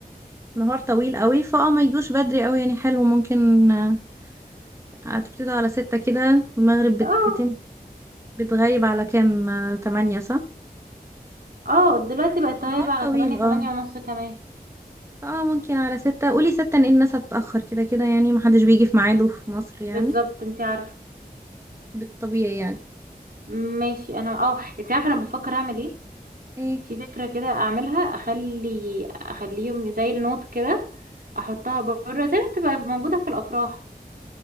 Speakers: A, on the right (about 15°); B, on the right (about 65°).
A: النهار طويل قوي فاه ما يجوش بدري قوي يعني حلو ممكن آه، هتبتدي على ستة كده المغرب بت-
B: اه
A: بتم بتغيب على كام آه، تمانية صح؟
B: اه دلوقتي بقت غايبة
A: نهار
B: على
A: طويل
B: تمانية تمانية
A: اه
B: ونص كمان
A: اه ممكن على ستة قولي ستة ان الناس هتتأخر كده كده يعني محدش بيجي في ميعاده في مصر
B: بالظبط
A: يعني
B: انتي عارفة
A: بالطبيعي يعني
B: ماشي انا اه انتي عارفة انا بفكر اعمل ايه
A: ايه
B: في فكرة كده اعملها اخلي اخليهم زي النوت كده احطها بره زي ما بتبقى موجودة في الافراح